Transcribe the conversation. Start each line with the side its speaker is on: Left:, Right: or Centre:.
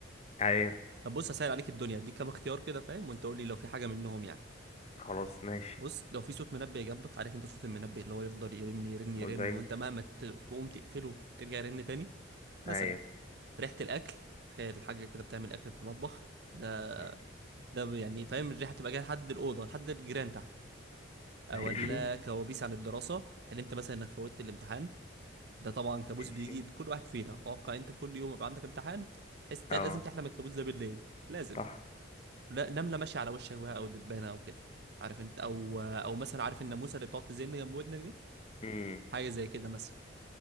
Left: ايوه
Right: طب بص هسهل عليك الدنيا اديك كام اختيار كده فاهم وانت قول لي لو في حاجه منهم يعني
Left: خلاص ماشي
Right: بص لو في صوت منبه جنبك عارف انت صوت المنبه اللي هو يفضل يرن يرن يرن
Left: مزعج
Right: وانت مهما ت- تقوم تقفله ترجع يرن تاني مثلا
Left: ايوه
Right: ريحه الاكل تخيل حاجه كده بتعمل اكل في المطبخ ده
Left: ماشي
Right: ده يعني فاهم الريحه بتبقى جايه لحد الاوضه لحد الجيران تحت آه،
Left: <laughs> ماشي
Right: ولا كوابيس عن الدراسه حلمت مثلا انك فوتت الامتحان ده طبعا كابوس
Left: ماشي
Right: بيجي لكل واحد فينا اتوقع انت كل يوم يبقى عندك امتحان تحس ده
Left: اه
Right: لازم تحلم الكابوس ده بالليل لازم
Left: صح
Right: لا نمله ماشيه على وشك بقى او دبانه او كده عارف انت او او مثلا عارف الناموسه اللي بتقعد تزن جنب ودنك دي
Left: مم.
Right: حاجه زي كده مثلا